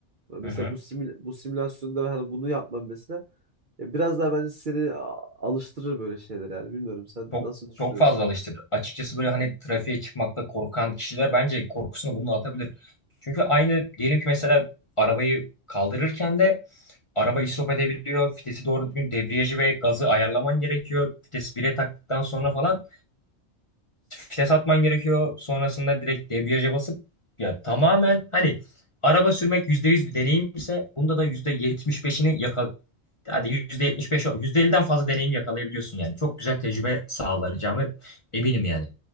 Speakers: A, on the right; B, on the left.
A: Ya Mesela
B: Hı hı.
A: bu simül- bu simülasyonda hani bunu yapmam mesela. Ya biraz daha bence seni a- alıştırır böyle şeyler yani. Bilmiyorum sen
B: Çok
A: nasıl düşünüyorsun?
B: çok fazla alıştırdı. Açıkçası böyle hani trafiğe çıkmakta korkan kişiler bence korkusunu bununla atabilir. Çünkü aynı diyelim ki mesela arabayı kaldırırken de araba istop edebiliyor. Fitesi doğru düzgün debriyajı ve gazı ayarlaman gerekiyor. Fites bire taktıktan sonra falan vites atman gerekiyor. Sonrasında direkt debriyaja basıp ya tamamen hani araba sürmek %100 bir deneyim ise bunda da yüzde yetmiş beşini yakal hadi %75 yüzde elli'den fazla deneyimi yakalayabiliyorsun yani. Çok güzel tecrübe sağlayacağını eminim yani